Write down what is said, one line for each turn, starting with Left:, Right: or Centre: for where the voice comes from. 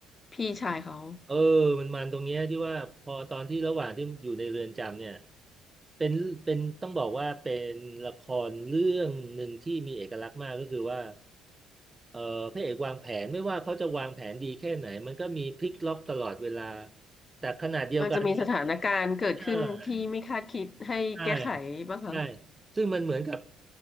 Left: พี่ชายเขา
Right: เออมันมันตรงเนี้ยที่ว่าพอตอนที่ระหว่างที่อยู่ในเรือนจำเนี่ยเป็นเป็นต้องบอกว่าเป็นละครเรื่องหนึ่งที่มีเอกลักษณ์มากก็คือว่าเออพระเอกวางแผนไม่ว่าเขาจะวางแผนดีแค่ไหนมันก็มีพลิกล็อกตลอดเวลาแต่ขณะเดียวกัน
Left: มันจะมีสถานการณ์เกิดขึ้นที่ไม่คาดคิดให้แก้ไขบ้างคะ
Right: ใช่ใช่ ใช่ซึ่งมันเหมือนกับ